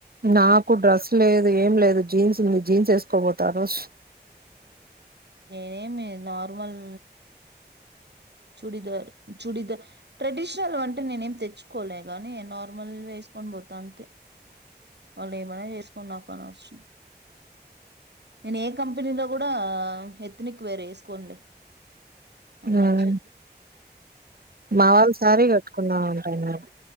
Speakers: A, on the right (about 60°); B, on the right (about 75°).
A: నాకు డ్రెస్ లేదు ఏం లేదు జీన్స్ ఉంది జీన్స్ ఏస్కబోతారోస్
B: నేనేమి నార్మల్ చూడిదార్ చూడిదార్ ట్రెడిషనల్ అంటే నేనేమి తెచ్చుకోలే గాని నార్మల్ వేస్కొ నిబోతా తంతే వాళ్ళు ఏమైనా చేసుకొని నాకు అనవసరం నేను ఏ కంపెనీలో కూడా హెత్నిక్ వేర్ ఏస్కోన్లే అ మచ్చద్
A: ఉమ్ మా వాళ్ళు సారీ కట్టుకుందాం అంటాన్నారు